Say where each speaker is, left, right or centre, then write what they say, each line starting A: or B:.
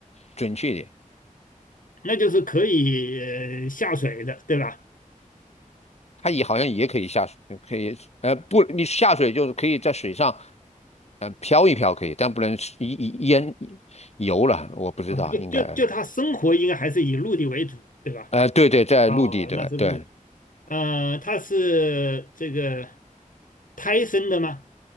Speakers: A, on the left (about 50°); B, on the left (about 70°).
A: 准确一点，
B: 那就是可以呃下水的，对吧？
A: 它也好像也可以下水，可以，呃，不，你下水就是可以在水上，嗯、漂一漂可以，但不能一一淹游了，我不知道，
B: 啊，就就就他生活应该还是以陆地为主，
A: 应该，
B: 对吧？
A: 呃，对对，在陆地，
B: 啊，
A: 对对，
B: 那是陆地。呃，它是这个胎生的吗？